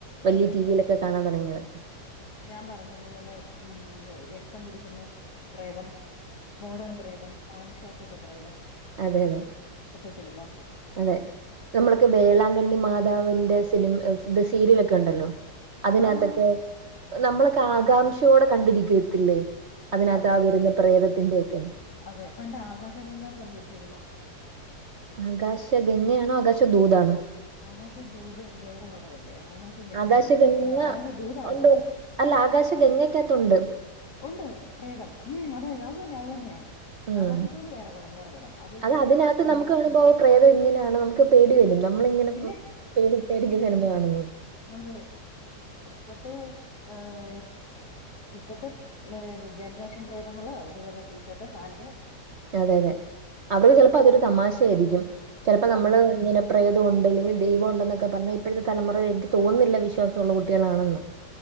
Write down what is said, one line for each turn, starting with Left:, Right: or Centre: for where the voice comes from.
Right: വലിയ
Left: അതെ
Right: ടിവിയിലൊക്കെ കാണാൻ തുടങ്ങിയതൊക്കെ.
Left: ഞാൻ പറഞ്ഞതുപോലെ ഉം ഉം അതെ രക്തം കുടിക്കുന്ന പ്രേതം. മോഡേൺ പ്രേതം പാന്റ് ഷർട്ടും ഇട്ട പ്രേതം.
Right: അതെ അതെ
Left: ഇപ്പത്തെ സിനിമ
Right: അതെ നമ്മളൊക്കെ വേളാങ്കണ്ണി മാതാവിന്റെ സിനിമ ഇത് സീരേലൊക്കെ ഉണ്ടല്ലോ. അതിനകത്തൊക്കെ
Left: ആഹ്
Right: നമ്മളൊക്കെ ആകാംക്ഷയോടെ കണ്ടിരിക്കത്തില്ലേ. അതിനകത്ത്
Left: അതെ
Right: ആ വെരുന്ന പ്രേതത്തിന്റെയോക്കെ
Left: അതെ പണ്ട് ആകാശഗംഗാന്ന് പറഞ്ഞൊരു സിനിമ.
Right: ആകാശ ഗംങ്ങയാണോ ആകാശ ദൂതാണോ?
Left: ആകാശദൂത് വേറെ പടവല്ലേ, ആകാശഗംങ്ങയാണോ
Right: ആകാശഗംഗ
Left: എതാ ആകാശദൂതാണോ?
Right: ഉണ്ട് അല്ല ആകാശഗംങ്ങക്കത്തുണ്ട്.
Left: ഉണ്ട് പ്രേതം ഉം അതെതെ അത് തന്നെയ അത് തന്നെയാ,
Right: ഉം
Left: ആകാശദൂത് വേറെ പടം വേറെ പടം അത്. ഇച്ചിരി
Right: അത് അതിനകത്ത്
Left: തെണ്ടി
Right: നമുക്ക് കാണുമ്പോ പ്രേതം ഇങ്ങനെയാണ് നമുക്ക് പേടി വെരും. നമ്മളിങ്ങനെ
Left: പിന്നെ
Right: പ്പം പേടി പേടിച്ച് സിനിമ കാണുന്നു
Left: നൊവേ ഇപ്പത്തെ ഏഹ് എ- ഇപ്പത്തെ മേ ജൻറേഷൻ പ്രേതങ്ങള് ഇതുപോലെ ടീഷർട്ട് പാന്റ്
Right: അതെ അതെ അവ്ള് ചെലപ്പൊ അതൊരു തമാശയായിരിക്കും ചെലപ്പൊ നമ്മള്
Left: അതെ
Right: ഇങ്ങനെ. പ്രേതം ഉണ്ട് അല്ലെങ്കിൽ ദൈവം ഉണ്ടെന്നൊക്കെ പറഞ്ഞാ ഇപ്പഴത്തെ തലമുറ എനിക്ക് തോന്നുന്നില്ല വിശ്വാസുള്ളാ കുട്ടികളാണെന്ന്.